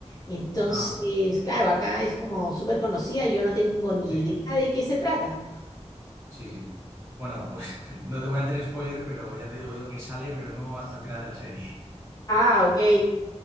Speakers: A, on the left; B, on the right.
A: Entonces,
B: Ah,
A: claro, acá es como súper conocida y yo no tengo ni
B: sí,
A: idea de qué se trata.
B: sí, sí. Bueno, pues <laughs> no te voy a hacer spoiler, pero ya te digo yo que sale, pero no hasta el final de la serie.
A: Ah, ok.